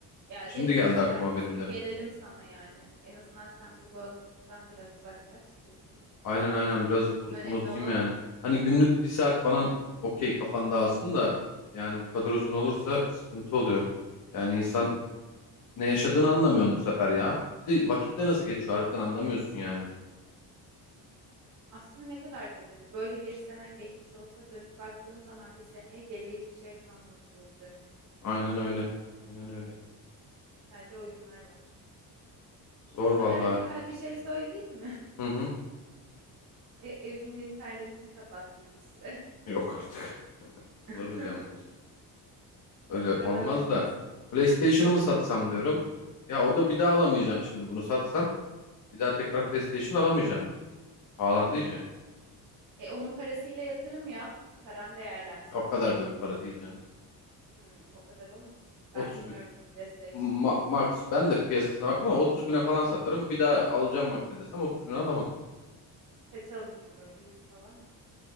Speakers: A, on the right; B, on the left.
A: Ya
B: Şimdi
A: gerekirse
B: geldi aklıma
A: her hafta
B: benim
A: sonu
B: de.
A: gelelim sana yani. En azından sen bu bağımlılıktan biraz uzaklaş, kurtul.
B: Aynen aynen biraz u-
A: Önemli
B: unutayım
A: olan
B: yani.
A: o.
B: Hani günlük bir saat falan okey kafan alsın da yani bu
A: Hı
B: kadar
A: hı.
B: uzun olursa sıkıntı oluyor. Yani insan Ne yaşadığını anlamıyorsun bu sefer ya. Bir de vakitte nasıl geçiyor harbiden anlamıyorsun
A: Evet.
B: yani.
A: Aslında ne kadar kötü. hani böyle bir senen geçmiş olsa dönüp baktığın zaman bir seneye geriye hiçbir şey kalmamış olacak.
B: Aynen öyle. Aynen öyle.
A: Sadece oyunlar var.
B: Zor
A: Daha
B: vallahi
A: radikal
B: ya.
A: bir şey söyleyeyim mi? <laughs>
B: Hı hı.
A: E, evinin internetini kapattır bir süre.
B: Yok artık. <laughs>
A: <laughs>
B: Olur mu canım öyle şey? Öyle
A: O kadar
B: olmaz
A: olmaz
B: da.
A: mı?
B: PlayStation'ımı satsam diyorum. Ya o da bir daha alamayacağım şimdi bunu satsam. Bir daha tekrar
A: Hı hı.
B: PlayStation alamayacağım. Pahalandı iyice.
A: E onun parasıyla yatırım yap. Paran değerlensin.
B: E, O kadar da bir para değil canım.
A: Hmm, o kadar olmuyor mu? Ben
B: 30
A: bilmiyorum
B: bin.
A: hiç PlayStation.
B: Ma- max. Ben de piyasasına bakmam ama 30 bine falan satarım. Bir daha alacağım makine desem 30 bine alamam.
A: Kaç alınıyor böyle? yüz falan mı?